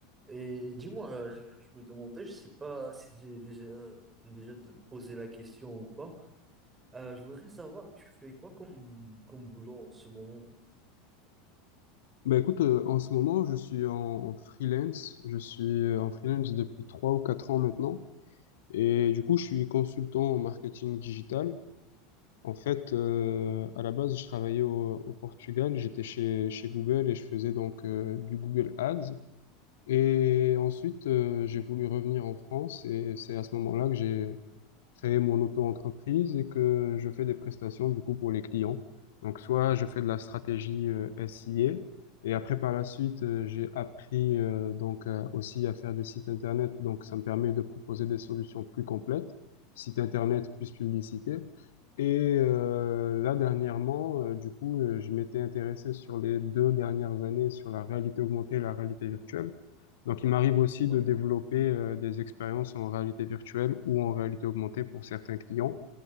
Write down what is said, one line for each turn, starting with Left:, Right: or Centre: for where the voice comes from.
Right: Et dis-moi, euh, je, je me demandais, je sais pas si j'ai déjà, déjà te posé la question ou pas. Euh, je voudrais savoir, tu fais quoi comme, comme boulot en ce moment?
Left: Bah écoute, euh, en ce moment, je suis en, en freelance. Je suis euh, en freelance depuis trois ou quatre ans maintenant. Et du coup, je suis consultant en marketing digital. En fait, euh, à la base, je travaillais au, au Portugal. J'étais chez, chez Google et je faisais donc euh, du Google Ads. Et ensuite, euh, j'ai voulu revenir en France et c'est à ce moment-là que j'ai créer mon auto-entreprise et que je fais des prestations du coup pour les clients. Donc soit je fais de la stratégie euh, SIA et après par la suite euh, j'ai appris euh, donc euh, aussi à faire des sites internet donc ça me permet de proposer des solutions plus complètes, site internet plus publicité. Et euh, là dernièrement euh, du coup euh, je m'étais intéressé sur les deux dernières années sur la réalité augmentée et la réalité virtuelle. Donc, il m'arrive aussi
Right: Ouais.
Left: de développer euh, des expériences en réalité virtuelle ou en réalité augmentée pour certains clients.